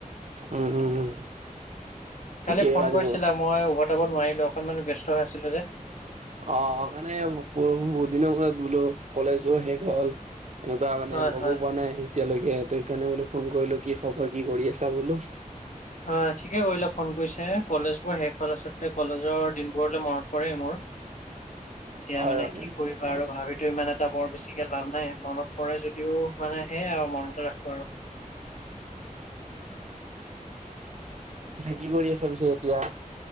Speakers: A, on the right (about 55°); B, on the left (about 60°).
A: উম উম উম ঠিকেই
B: কালি ফোন
A: আজি
B: কৰিছিলা। মই উভত কটাব নোৱাৰিলোঁ অকনমান ব্যস্ত হৈ আছিলোঁ যে।
A: অ', হ মানে বহু বহুত দিনৰ মুৰত বোলোঁ, কলেজো শেষ হ'ল। এনেকুৱা মানে
B: হয়
A: লগো
B: হয়
A: পোৱা নাই। এতিয়ালৈকে ইয়াতে সেইকাৰণে বোলোঁ ফোন কৰিলো কি খবৰ কি কৰি আছা বোলোঁ?
B: হয় ঠিকে কৰিলে ফোন কৰিছে। কলেজবোৰ শেষ হ'ল আচলতে কলেজৰ দিনবোৰলৈ মনত পৰে মোৰ। এতিয়া
A: হয়
B: মানে
A: হয়
B: কি কৰিবা
A: ঠিকে কৈছা।
B: আৰু ভাবিতোঁ ইমান এটা বৰ বেছিকে লাভ নাই মনত পৰে যদিও মানে সেয়াই আৰু মনতে ৰাখোঁ আৰু।
A: পিছে কি কৰি আছাঁ পিছে এতিয়া?